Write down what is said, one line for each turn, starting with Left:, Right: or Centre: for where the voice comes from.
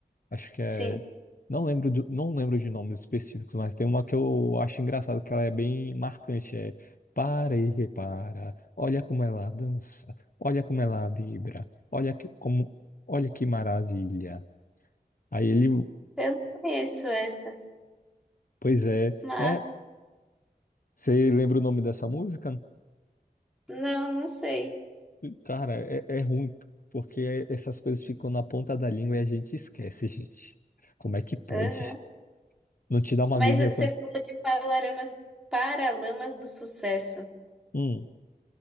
Left: Acho que é.
Centre: sim.
Left: Não lembro, do- não lembro de nomes específicos, mas tem uma que eu acho engraçada, que ela é bem marcante. É Para e repara, olha como ela dança, olha como ela vibra, olha que, como, olha que maravilha. Aí ele,
Centre: Eu não conheço essa,
Left: pois é,
Centre: mas
Left: é, você lembra o nome dessa música?
Centre: não, não sei.
Left: Cara, é, é ruim, porque essas coisas ficam na ponta da língua e a gente esquece, <laughs> gente. Como é que pode?
Centre: Aham.
Left: Não te dá uma
Centre: Mas
Left: agonia
Centre: você
Left: quando.
Centre: falou de Paralamas, Paralamas do Sucesso.
Left: Hum,